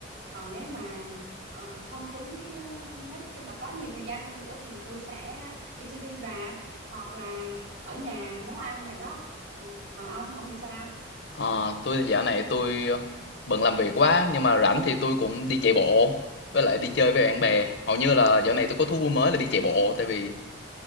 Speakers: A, on the right; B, on the left.
A: Còn nếu mà ờ, không trúng cái cái- nói chung là có nhiều thời gian hơn nữa thì tôi sẽ đi xem phim rạp hoặc là ở nhà nấu ăn vậy đó. Ừ, còn ông ông thì sao?
B: Ờ, tôi thì dạo này tôi ờ, bận làm việc quá nhưng mà rảnh thì tôi cũng đi chạy bộ với lại đi chơi với bạn bè. Hầu như là dạo này tôi có thú vui mới là đi chạy bộ tại vì